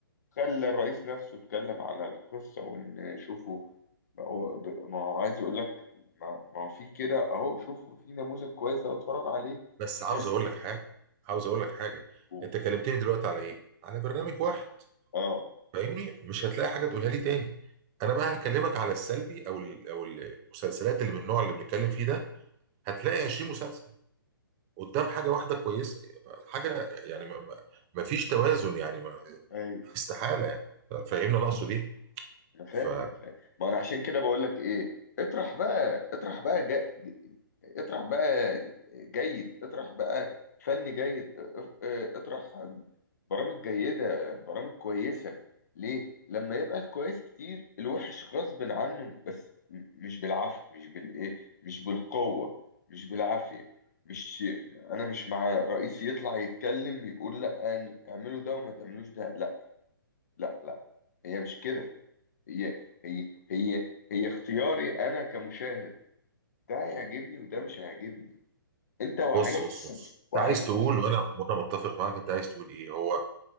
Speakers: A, on the left; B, on the right.
A: خلى الرئيس نفسه اتكلم على القصة وإن شوفوا ما هو ب- ما هو عايز يقول لك ما ما هو في كده أهو شوفوا في نموذج كويس أهو اتفرجوا عليه
B: بس عاوز
A: بس
B: اقول لك حاجه عاوز اقول لك حاجه
A: و-
B: انت كلمتني دلوقتي على ايه على برنامج واحد
A: اه
B: فاهمني مش هتلاقي حاجه تقولها لي تاني انا بقى هكلمك على السلبي او ال- او المسلسلات اللي من النوع اللي بنتكلم فيه ده هتلاقي 20 مسلسل قدام حاجه واحده كويسه حاجه يعني ما ما- ما فيش توازن يعني ما
A: ايوه
B: استحاله يعني فاهمني انا اقصد ايه
A: انا فاهم
B: ف
A: انا فاهم ما انا عشان كده بقول لك ايه اطرح بقى اطرح بقى جا... اطرح بقى جيد اطرح بقى فن جيد اه، اه، اطرح برامج جيدة برامج كويسة ليه لما يبقى الكويس كتير الوحش غصب عنه بس م- مش بالعافية مش بالايه مش بالقوة مش بالعافية مش انا مش مع رئيس يطلع يتكلم يقول لا اعملوا ده وما تعملوش ده لا لا لا هي مش كده هي هي هي هي اختياري انا كمشاهد ده هيعجبني وده مش هيعجبني انت وعيت
B: بص بص بص انت
A: وعيت
B: عايز تقول وانا وانا متفق معاك انت عايز تقول ايه هو